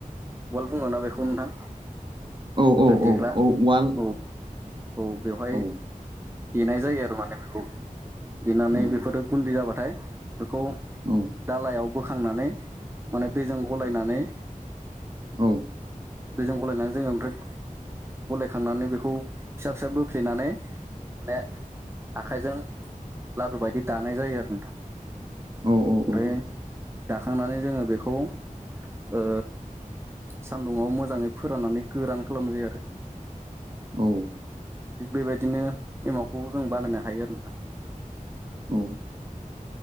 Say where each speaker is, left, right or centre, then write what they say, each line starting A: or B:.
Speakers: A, on the right; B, on the right.
A: उवाल बुङोना बेखौ नोंथां
B: औ औ औ
A: देग्रा
B: औ उवाल
A: औ। औ बेवहाय
B: औ
A: देनाय जायो आरो माने बेखौ। देनानै
B: औ
A: बेफोरो गुन्दै जाबाथाय बेखौ
B: औ
A: दालायाव बोखांनानै माने दैजों गलायनानै
B: औ
A: दैजों गलायनानै जोङो ओमफ्राय गलायखांनानै बेखौ फिसा फिसा बोफ्लेनानै माने आखाइजों लारु बायदि दानाय जायो आरो नोंथां
B: औ
A: ओमफ्राय
B: औ
A: दाखांनानै जोङो बेखौ ओ सान्दुंङाव मोजाङै फोराननानै गोरान खालामनाय जायो आरो।
B: औ
A: थिग बेबायदिनो एमावखौ जों बानायनो हायो आरो नोंथां।
B: औ